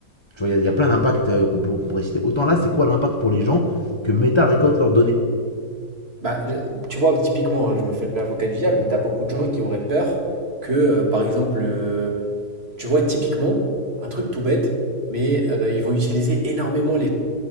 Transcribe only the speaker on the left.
tu vois, il y a- y, a plein d'impacts euh, qu'on peut- qu'on pourrait citer, autant là, c'est quoi l'impact pour les gens que Meta récolte leurs données